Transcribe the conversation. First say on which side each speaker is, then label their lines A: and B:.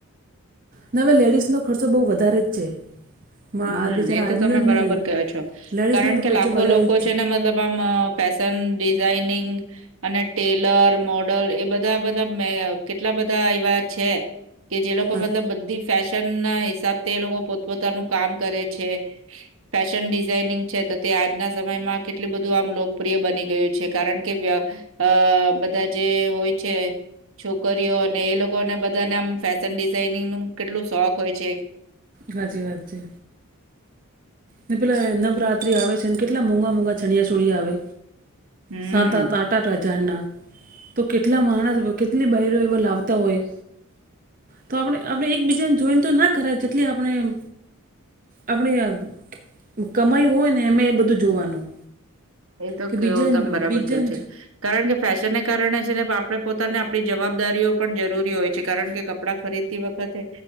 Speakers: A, on the right (about 40°); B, on the right (about 65°).
A: ને હવે લેડીસનો ખ ર્ચો બહુ વધારે જ છે. માં
B: હમ્મ.
A: બિચારા
B: એ તો
A: આદમીઓને
B: તમે બરાબર
A: નહીં
B: કહો છો.
A: લેડીઝનો
B: કારણ
A: તો
B: કે,
A: ખર્ચો
B: લાખો
A: વધારે
B: લોકો
A: જ
B: છે ને મતલબ આમ ફેશન ડિઝાઇનિંગ અને ટેલર, મોડલ એ બધા-બધા મે કેટલા બધા એવા છે કે જે લોકો
A: અચ્છા.
B: મતલબ બધી ફેશન ના હિસાબથી, એ લોકો પોતપોતાનું કામ કરે છે. ફેશન ડિઝાઇનિંગ છે, તો તે આજના સમયમાં કેટલું બધું આમ લોકપ્રિય બની ગયું છે. કારણ કે વ્ય અહ બધા જે હોય છે છોકરીઓ અને એ લોકોને બધાને આમ ફેશન ડિઝાઇનિંગ નું કેટલું શોખ હોય છે
A: હાચી વાત છે. ને પેલા નવરાત્રી આવે છે ને, કેટલા મોંઘા-મોંઘા ચણીયા ચોળી આવે,
B: હમ્મ.
A: સાત, આત, આઠ ઠ હજાર ના, તો કેટલા માણસ કેટલી બાયરી એવા લાવતા હોય, તો આપણે-આપણે એકબીજાને જોઈને તો નાજ કરા જેટલી આપણે એમ આપણે આમ કમાયું હોય ને, એમે એ બધું જોવાનું.
B: એ તો
A: કે
B: કેવો
A: બીજા
B: તમે બરાબર
A: બીજા
B: ક્યો છે. કારણ કે ફેશનને કારણે છે <unintelligible> આપણે પોતાને આપણી જવાબદારીઓ પણ જરૂરી હોય છે. કારણ કે કપડા ખરીદતી વખતે